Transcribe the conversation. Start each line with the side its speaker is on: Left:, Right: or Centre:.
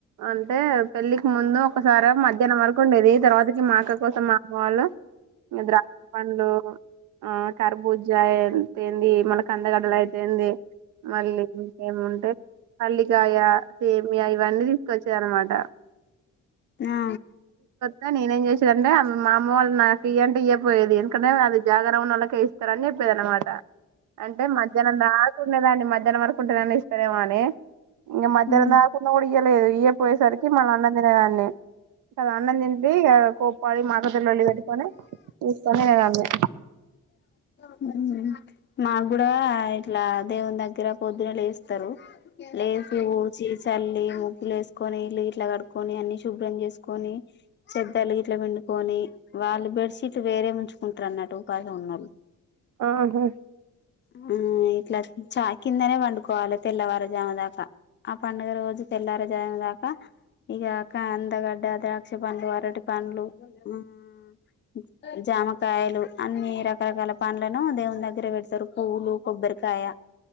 Right: అంటే పెళ్ళికి ముందు ఒకసారి మధ్యాహ్నం వరకు ఉండేది తర్వాత మా అక్క కోసం మా అమ్మ వాళ్ళు ద్రాక్ష పండ్లు ఆ కర్బుజ ఎన్ ఏందీ మన కందగడ్డలు అయితేంది మళ్ళీ ఇంకేముంటే మళ్ళ కాయ సేమ్య ఇవన్నీ తీసుకొచ్చారనమాట
Left: ఆ
Right: దాన్ని నేనేం చేసి అంటా మా అమ్మ వాళ్ళ నాకు ఇ అంటే ఈయం <unintelligible> దేని కన్నా అవి జాగారం ఉన్నోళ్ల కు ఏస్తారు అన్నిట్నీ స్తది అన్నమాట అంటే మధ్యానం దాకున్న దాన్ని మధ్యాహ్నం వరకు కుంటె నన్న ఇస్తారేమో అని ఇగా మద్యాన్నం
Left: ఆ
Right: దాకున్న కూడా ఇయ్యలేదు ఇయ్యక పోయేసరికి మల్ల అన్నం తినేదాన్ని కదా అన్నం తిండి ఇగ కోప్పాడి మా <unintelligible> లోళ్ళి పెట్టుకొని తీసుకొని నేను అన్నీ
Left: హ్ హు మాగ్గూడా ఇట్ల దేవుని దగ్గర పొద్దున లేస్తారు లేసి ఊడ్చి చల్లి ముగ్గులు ఏసుకొని ఇల్లు గిట్లా కడుకొని అన్ని శుభ్రం చేసుకొని చెద్దార్లు గిట్లా విండుకొని వాళ్ళు బెడ్ షీట్లు వేరే ఉంచుకుంటారు అన్నట్టు ఉపావసం ఉన్నోళ్ళు
Right: ఆహా
Left: హ్ ఇట్లా చా కిందనే పండుకోవాలి. తెల్లవారజాము దాకా ఆ పండుగ రోజు తెల్లరేజాము దాకా ఇగా కందగడ్డ ద్రాక్ష పండ్లు అరటి పండ్లు హ్ ఆ జామకాయలు అన్ని రక రకరకాల పండ్లను దేవుని దగ్గర పెడతారు. పువ్వులు కొబ్బరికాయ